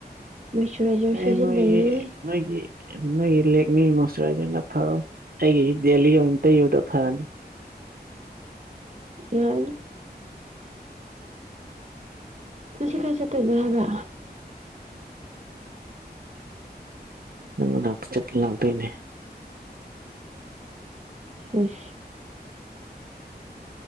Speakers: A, on the right (about 40°); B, on the right (about 60°).
A: ꯃꯣꯏꯆꯔꯥꯏꯖꯔ
B: ꯑꯦ
A: ꯁꯤꯖꯤꯟꯅꯩꯌꯦ
B: ꯅꯣꯏꯒꯤ ꯅꯣꯏꯒꯤ ꯅꯣꯏꯒꯤ ꯂꯦꯛ ꯃꯤ ꯃꯣꯏꯆꯔꯥꯏꯖꯔꯅ ꯐꯔꯣꯏ ꯑꯩꯒꯤ ꯗꯦꯜꯂꯤ ꯑꯣꯏꯅ ꯏꯇ ꯌꯣꯗ ꯐꯅꯤ
A: ꯌꯥꯅꯤ ꯅꯁꯤ ꯀꯔꯤ ꯆꯠꯇꯣꯏꯅꯣ ꯍꯥꯏꯕ
B: ꯅꯪ ꯂꯥꯛꯇ ꯆꯠ ꯂꯥꯛꯇꯣꯏꯅꯦ
A: ꯑꯁ